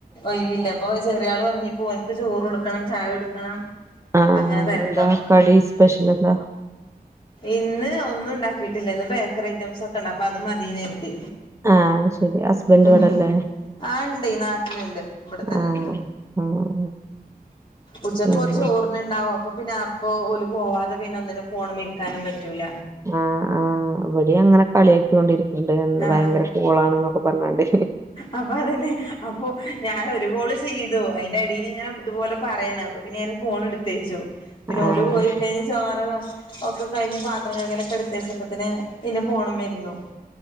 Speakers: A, on the left; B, on the right.
A: ഒയിവില്ലപ്പൊ ചെറിയാൾ വന്ന് നിപോ ഓൻക്ക് ചോറ്കൊടുക്കണം ചായ കൊടുക്കണം
B: ആഹ്
A: അങ്ങന തെരക്കാഉം
B: ഇന്നെന്താ കടി സ്പെഷ്യൽ എന്താ
A: ഇന്ന് ഒന്നും ഉണ്ടാക്കിട്ടില്ല ഇന്ന് ബേക്കറി ഐറ്റംസ് ഒക്കെ ണ്ട് അപ്പൊ അത് മതീന്ന് കരിതി
B: ആഹ് ശരി ഹസ്ബൻഡ്
A: ഉം
B: ഇവിടല്ലേ
A: ആ ഇണ്ട് നാട്ട <unintelligible> ണ്ട് ഇബ്ടതന്നെണ്ട്
B: ആഹ് ആഹ്
A: ഉച്ചക്കോര്
B: പിന്നെ
A: ചോറിനിണ്ടാവോ അപ്പ പിന്നെ അപ്പൊ ഓല് പോവാതെ പിന്നെ ഒന്നിനും ഫോണിമ്മരിക്കാനും പറ്റൂല
B: ആഹ് ആഹ് ഇവിടെ അങ്ങന കളിയാക്കിക്കൊണ്ടിരിക്കുന്നുണ്ട്
A: ആഹ്
B: ഭയങ്കര കൂളാണ് എന്നൊക്കെ പറഞ്ഞണ്ട്
A: അപ്പ അതന്നെ അപ്പൊ ഞ ഒരുകോള് ചെയ്തു അയിന്റടിയില് ഇങ്ങനെ ഇതുപോലെ പറയണ് അപ്പൊ പിന്നെ ഞാന് ഫോൺ എടുത്തേച്ചു പിന്നെ
B: ആഹ്
A: ഓല് പോയി കഴിഞ്ഞ <unintelligible> ഒക്കെ കഴിഞ്ഞ് പാത്രം കഴകലൊക്കെ എടുത്തച്ചപ്പൊത്തന്നെ പിന്നെ ഫോണിമ്മൽ ഇരുന്നു